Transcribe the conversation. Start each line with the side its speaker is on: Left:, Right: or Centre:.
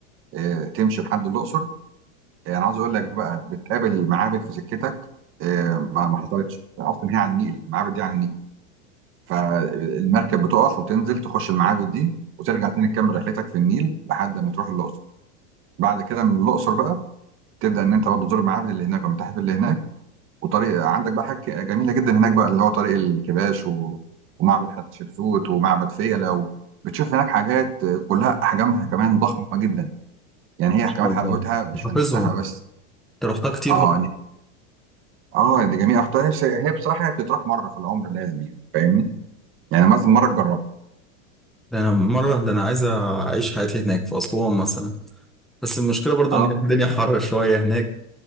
Right: آه، تمشي لحد الأقصر آه، أنا عاوز أقول لك بقى بتقابل معابد في سكتك آه، ما ما حصلتش أصلا هي على النيل المعابد دي على النيل فالمركب بتقف وبتنزل تخش المعابد دي وترجع تاني تكمل رحلتك في النيل لحد ما تروح الأقصر بعد كده من الأقصر بقى تبدأ إن أنت برضه تزور المعابد اللي هناك والمتاحف اللي هناك وطريق عندك بقى حاجة جميلة جدا هناك بقى اللي هو طريق الكباش و... ومعبد حتشبسوت ومعبد فيلة و... بتشوف هناك حاجات آه، كلها أحجامها كمان ضخمة جدا يعني
Centre: إن
Right: هي
Centre: شاء
Right: كمان حلاوتها
Centre: الله
Right: مش في
Centre: حافظهم
Right: نحتها بس
Centre: أنت رحتها كتير
Right: اه
Centre: بقى
Right: إن- اه دي جميله اختها هي بس- هي بصراحه هي بتطرح مره في العمر لازم يعني فاهمني يعني لازم مره تجربها
Centre: ده أنا مرة ده أنا عايز أعيش حياتي هناك في أسوان مثلا بس المشكلة برضو
Right: اه
Centre: إن الدنيا حر شوية هناك